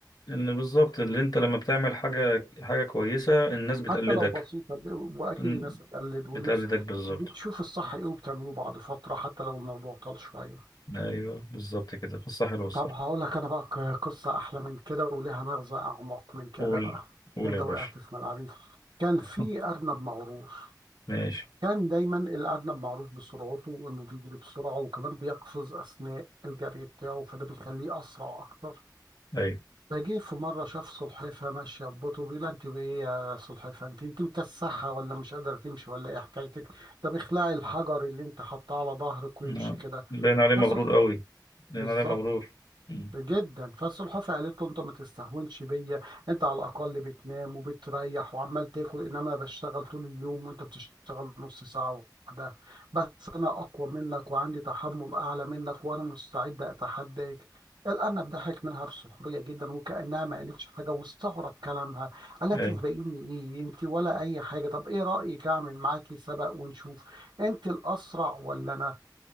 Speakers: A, on the left; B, on the right.
A: إن بالظبط اللي أنت لما بتعمل حاجة حاجة كويسة الناس بتقلدك
B: حتى لو بسيطة ب- وأكيد
A: إن-
B: الناس هتقلد
A: بتقلدك
B: والناس
A: بالظبط
B: بتشوف الصح إيه وبتعمله بعد فترة حتى لو الموضوع طال شوية
A: أيوه بالظبط كده في الصح والصراحة
B: طب هقول لك أنا بقى ق- قصة أحلى من كده ولها مغزى أعمق من كده
A: قول
B: بقى
A: قول
B: ده أنت
A: يا باشا
B: وقعت في ملعبي كان في
A: <laughs>
B: أرنب مغرور
A: ماشي
B: كان دايما الأرنب معروف بسرعته إنه بيجري بسرعة وكمان بيقفز أثناء الجري بتاعه فده بيخليه أسرع أكتر
A: أيوه
B: فجه في مرة شاف سلحفاة ماشية ببطء بيقول لها أنت بإيه يا سلحفاة أنت أنت مكسحة ولا مش قادرة تمشي ولا إيه حكايتك طب اخلعي الحجر اللي أنت حاطاه على ظهرك وامشي
A: آه.
B: كده
A: باين عليه
B: فسح
A: مغرور قوي باين
B: بالظبط
A: عليه مغرور مم.
B: جدا فالسلحفاه قالت له انت ما تستهونش بيا انت على الاقل بتنام وبتريح وعمال تاكل انما انا بشتغل طول اليوم وانت بتشتغل نص ساعه واحده بس انا اقوى منك وعندي تحمل اعلى منك وانا مستعد اتحداك الارنب ضحك منها بسخريه جدا وكانها ما قالتش حاجه واستغرب كلامها الا
A: أيوه
B: تسبقيني ايه انت ولا اي حاجه طب ايه رايك اعمل معاكي سبق ونشوف انت الاسرع ولا انا